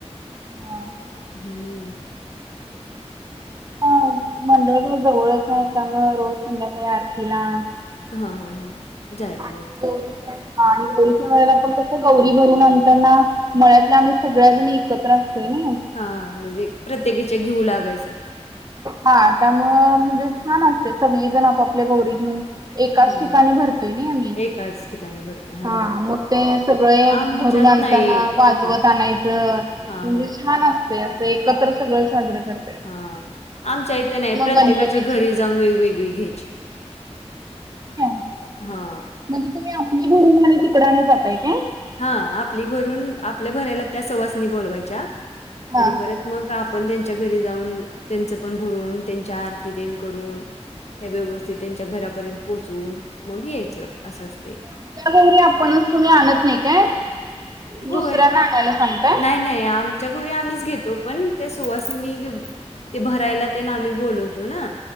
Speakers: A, on the right; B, on the left.
A: हा.
B: हम्म.
A: ह <inaudible> ह मंडळ जवळच आहे त्यामुंळ रोज संध्याकाळी आरतीला.
B: हा हा हा जायला
A: आणि
B: येत.
A: गौरीच्या मला पण कस गौरी भरून आणताना मळत आम सगळ्याजण एकत्र असतोय नाय.
B: हा म्हणजे प्रत्येकीच्या घेऊ लागायचं.
A: हा त्यामुळं म्हणजे छान असते सगळीजण आपापल्या गौरी घेऊन. एकाच
B: हां,
A: ठिकाणी भरतोय नाही आम्ही
B: एकाच ठिकाणी भरताय हां,
A: हा
B: हां.
A: मग ते. सगळे
B: आमच्यात
A: भरून आणताना.
B: नाही
A: वाजवत आणायचं
B: हां,
A: म्हणजे छान असतंय असं एकत्र सगळं साजरं करत्यात.
B: हा आमच्या इथे नाही प्रत्येकाच्या
A: गणपतीची
B: घरी. जाऊन वेगवेगळी घ्याची
A: हा.
B: हा.
A: म्हणजे तुम्ही आपली घरून <unintelligible> आणि तिकडाने जाताय का
B: हा आपली भरून आपल्या भरायला त्या सवासनी बोलवायच्या
A: हा
B: आणि परत. मग आपण त्यांच्या घरी जाऊन त्यांचं पण भरून त्यांच्या आरती देन करून. त्या व्यवस्थित त्यांच्या घरापर्यंत पोहोचवून मग यायचं असं असते.
A: आपल्या गैरी आपणच तुम्ही आणत नाही काय
B: होय.
A: दुसऱ्यांना आणायला सांगता.
B: नाही नाही आमच्या गौरी आम्हीच घेतो पण ते सुवासनी ते भरायला ते ना आम्ही बोलवतो ना